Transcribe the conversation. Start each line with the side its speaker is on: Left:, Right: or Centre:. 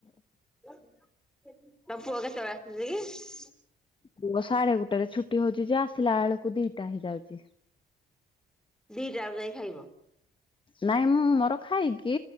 Centre: ତମ ପୁଅ କେତେବେଳେ ଆସୁଛି କି?
Left: ପୁଅ ସାଢ଼େ ଗୋଟେ ରେ ଛୁଟି ହଉଛି ଯେ, ଆସିଲା ବେଳକୁ ଦିଟା ହେଇଯାଉଛି।
Centre: ଦିଇଟା ବେଳକୁ ଯାଇ ଖାଇବ?
Left: ନାଇଁ ମୁଁ ମୋର ଖାଇକି,